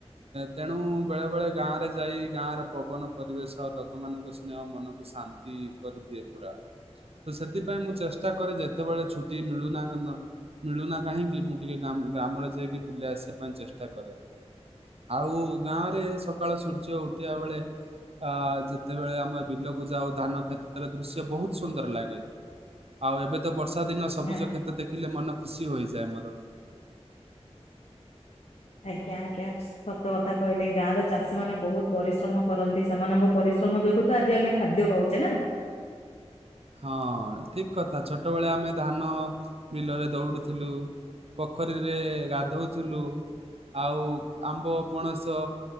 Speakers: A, on the right (about 60°); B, on the left (about 65°).
A: ତେଣୁ ବେଳେ ବେଳେ ଗାଁ ରେ ଯାଇ ଗାଁରେ ପବନ ପରିବେଶ ଲକ୍ ଲୋକ ମାନଙ୍କ ସ୍ନେହ ମନକୁ ଶାନ୍ତି କରିଦିଏ ପୁରା ତ ସେ ସେଥିପାଇଁ ମୁଁ ଚେଷ୍ଟା କରେ ଯେତେବେଳେ ଛୁଟି ମିଳୁନା ନା ମିଳୁନା କାହିଁକି ମୁଁ ଟିକେଏ ଗା ଗ୍ରାମରେ ଯାଇକି ବୁଲି ଆସିବା ପାଇଁ ଚେଷ୍ଟା କରେ। ଆଉ ଗାଁ ରେ ସକାଳ ସୂର୍ଯ୍ୟ ଉଠିବା ବେଳେ ଆ ଯେତେବେଳେ ଆମେ ବିଲକୁ ଯାଉ ଧାନ କ୍ଷେତ୍ରର ଦୃଶ୍ୟ ବୋହୁତ ସୁନ୍ଦର ଲାଗେ। ଆଉ ଏବେ ତ ବର୍ଷା ଦିନ ସବୁଜ
B: ମାନେ
A: କ୍ଷେତ ଦେଖିଲେ ମନ ଖୁସି ହୋଇଯାଏ ମୋର
B: ଆଜ୍ଞା ଆଜ୍ଞା ସତ କଥା କହିଲେ ଗାଁ ର ଚାଷୀ ମାନ ବହୁତ ପରିଶ୍ରମ କରନ୍ତି ସେମାନଙ୍କ ପରିଶ୍ରମ ଯୋଗୁ ତ ଆଜି ଆମେ ଖାଦ୍ୟ ଖାଉଛେ ନା।
A: ହଁ ଠିକ କଥା ଛୋଟବେଳେ ଆମେ ଧାନ ବିଲରେ ଦୌଡୁଥିଲୁ। ପୋଖରୀରେ ଗାଧଉଥିଲୁ ଆଉ ଆମ୍ବ, ପଣସ